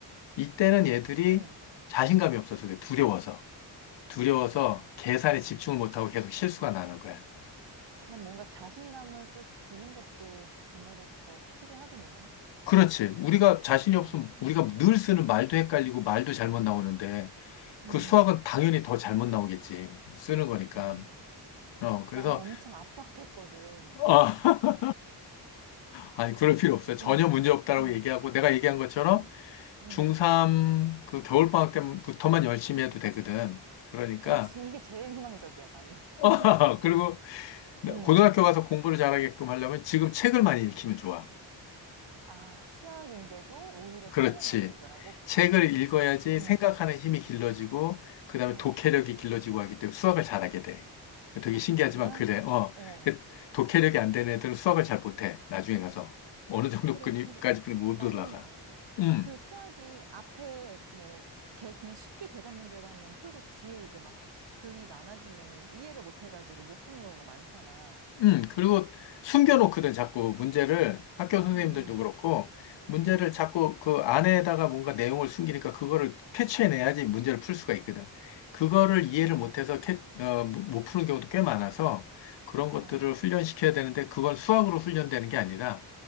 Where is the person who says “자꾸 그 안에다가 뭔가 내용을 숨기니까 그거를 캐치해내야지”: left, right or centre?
Left